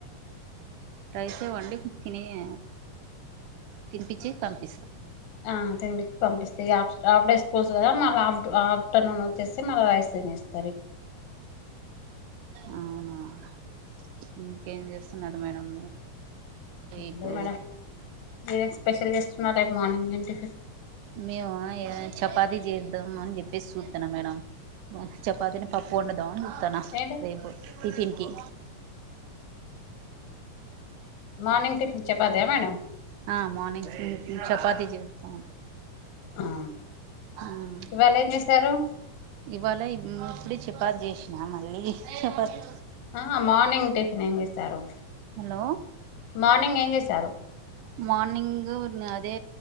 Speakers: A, on the right; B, on the left.
A: రైసే వండి తిని <inaudible> తినిపించి పంపిన్
B: ఆ తినిపించి పంపిస్తా అప్పుడే స్కూల్స్ కదా మళ్ళీ ఆఫ్టర్నూన్ వచ్చేసి మళ్ రైస్ తినేస్తంది
A: అవునావు ఇంకేం చేస్తా న్నారూ మేడం
B: దు
A: ఇప్పుడు
B: మేడం మీర స్పెషల్ చేస్తున్నారూ రేపు మార్నింగ్ టిఫిన్
A: మేము చపాతి చేద్దాము అని చెప్పేసి చూస్తున్నా మేడం చపాతని పప్పు ఉండడుదాంని చస్తానా
B: ఏంటి
A: రేపు టిఫిన్ కి
B: మార్నింగ్ టిఫిన్ చపాతి మేడమ్
A: ఆ మార్నింగ్ చపాతి చేస్తాం
B: ఆ
A: మ్మ్
B: ఇవాళ ఏం చేసారు
A: ఇవాళ ఇప్పుడ చపాతి చేసినా మళ్ళీ చపాతి
B: ఆ మార్నింగ్ టిఫిన్ ఏం చేశారు
A: హలో
B: మార్నింగ్ ఏం చేశారు
A: మార్నింగ్ అదే